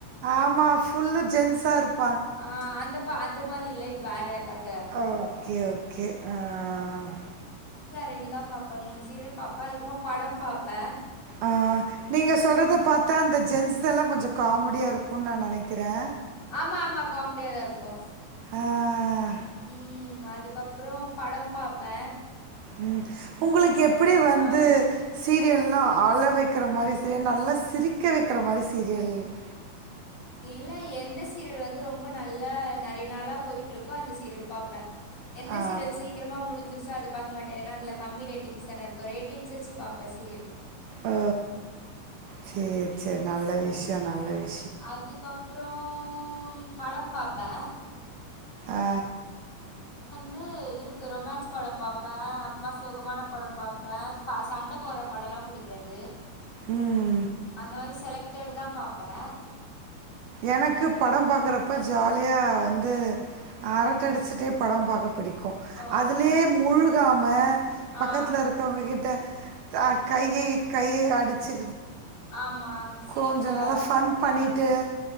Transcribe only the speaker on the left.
ஆஹ் அந்தப்பா அந் ந்த மாரி இல்ல இது வேறே கர்
ரெண்டு தா பாப்பெ மூனு சீரியல் பாப்பே அதுக்கமா படம் பாப்பே
ஆமா ஆமா காம்டியாதா இருக்கூ
உம் அதுக்கப்றோ படம் பாப் பே
ஆ.
இல்ல எந்த சீரியல் வந்து ரொம்ப நல்லா ந டி நல்லா போயிட்ருக்கோ அந்த சீரியல் பாப்பே எந்த
சீரியல் சீக்கிரமா முடிஞ்சிருச்சோ அது பாக் க மட்டே ஏனா அதுல கம்மி ரேட்டிங்ஸ் தான இருக்கு ரேட்டிங்ஸ் வச்சு பாப்பே சீரியல்
அதுக்கப்றோ ம் படம் பாப்பே
து இருக்கு ரொமான்ஸ் பட பாப்பே அப்மா சோகமான படோ பாப்பே ஃப சண்ட போற பட எல்லா புடிக்காது
அந்த மாரி செலக்ட் டெட் தா பாப்பே
ஓ
ஆ
ஆமா சிரிப்பு
ஆ